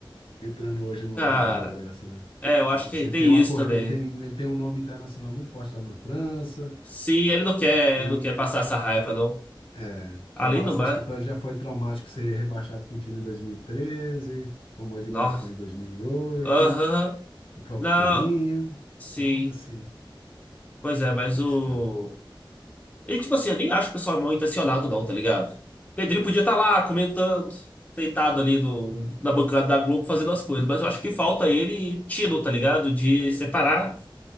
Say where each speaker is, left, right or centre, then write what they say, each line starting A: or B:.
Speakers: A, on the left; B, on the left.
A: entrando hoje numa
B: Cara.
A: roubada dessa. né?
B: É, eu
A: Então,
B: acho que
A: assim, ele
B: tem
A: tem uma,
B: isso
A: corre-
B: também.
A: ele tem, ele tem um nome internacional muito forte lá na França
B: Se ele não quer,
A: e
B: não quer passar essa raiva, não.
A: é, já
B: Além
A: basta,
B: do mar.
A: acho que para ele já foi traumático ser rebaixado com o time em 2013, como o Edmundo
B: Nossa.
A: foi em 2008,
B: Aham.
A: o próprio
B: Não.
A: Pedrinho.
B: Sim.
A: Então, assim,
B: Pois
A: é
B: é,
A: difícil,
B: mas o.
A: cara.
B: E tipo assim, eu nem acho que o pessoal é mal intencionado, não, tá ligado? Pedrinho podia estar lá comentando, deitado ali no, na bancada da Globo fazendo as coisas, mas eu acho que falta ele tino, tá ligado? De separar,
A: E-